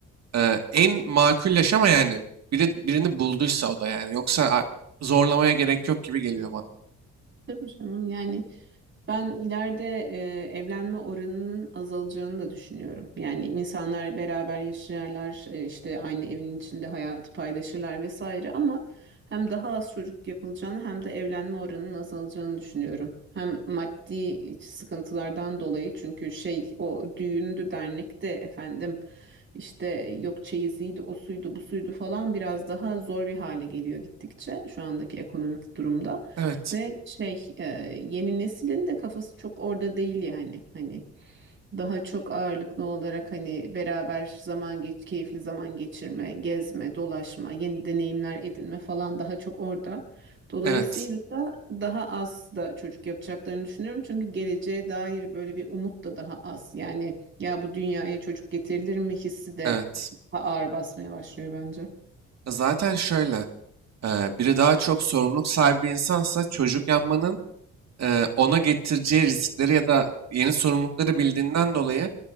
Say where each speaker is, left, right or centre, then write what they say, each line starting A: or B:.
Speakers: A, on the right (about 60°); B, on the right (about 40°).
A: eee, en makul yaşama yani biri, birini bulduysa o da yani. Yoksa a, zorlamaya gerek yok gibi geliyor bana.
B: Tabii canım yani Ben ileride e, evlenme oranının azalacağını da düşünüyorum. Yani insanlar beraber yaşarlar, e, işte aynı evin içinde hayatı paylaşırlar vesaire ama hem daha az çocuk yapılacağını hem de evlenme oranının azalacağını düşünüyorum. Hem maddi sıkıntılardan dolayı çünkü şey o düğündü dernekte efendim işte yok çeyiziydi o suydu bu suydu falan biraz daha zor bir hale geliyor gittikçe şu andaki ekonomik durumda.
A: Evet,
B: Ve şey e, yeni neslin de kafası çok orada değil yani hani daha çok ağırlıklı olarak hani beraber zaman geç keyifli zaman geçirme, gezme, dolaşma, yeni deneyimler edinme falan daha çok orada. Dolayısıyla
A: evet,
B: da daha az da çocuk yapacaklarını düşünüyorum. Çünkü geleceğe dair böyle bir umut da daha az. Yani ya bu dünyaya çocuk getirilir mi hissi de
A: evet.
B: daha ağır basmaya başlıyor bence.
A: Zaten şöyle. Eee, biri daha çok sorumluluk sahibi bir insansa çocuk yapmanın eee, ona getireceği riskleri ya da yeni sorumlulukları bildiğinden dolayı